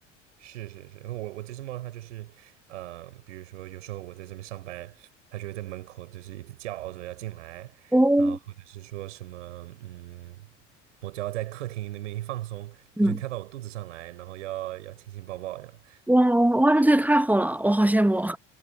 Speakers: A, on the right (about 70°); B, in the centre.
A: 是是是，然后我我这只猫它就是，嗯、比如说有时候我在这边上班，它就会在门口就是一直叫着要进来，
B: 哦，
A: 然后或者是说什么，嗯，我只要在客厅那边一放松，
B: 嗯，
A: 它就跳到我肚子上来，然后要要亲亲抱抱，样。
B: 哇哇哇，这也太好了，我好羡慕。